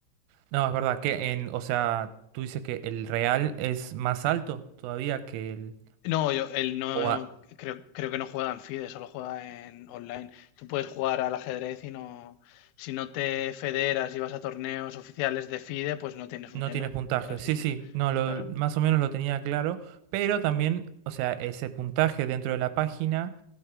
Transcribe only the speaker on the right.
No, es verdad que en, o sea, tú dices que el real es más alto todavía que el
o a-
no
tiene puntaje.
Sí,
sí, no, lo,
más o menos lo tenía claro, pero también, o sea, ese puntaje dentro de la página